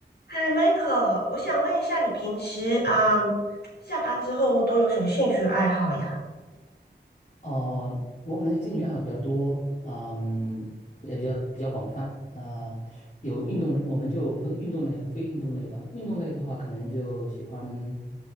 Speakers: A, on the left; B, on the left.
A: 嗨，Michael，我想问一下，你平时啊、下班之后都有什么兴趣爱好呀？
B: 哦，我可能兴趣爱好比较多，嗯，也比较比较广泛啊、呃有运动，我们就分运动类和非运动类吧。运动类的话，可能就喜欢